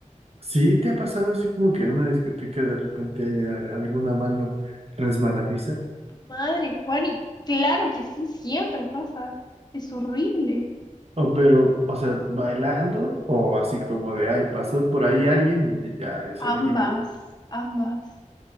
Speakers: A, on the right; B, on the left.
A: ¿sí te ha pasado así como que en una discoteca de repente haya alguna mano resbaladiza?
B: madre, Juan, y claro que sí, siempre pasa. Es horrible.
A: O pero, o sea, bailando o así como de, ay, pasó por ahí alguien y ya sentí
B: Ambas,
A: que,
B: ambas.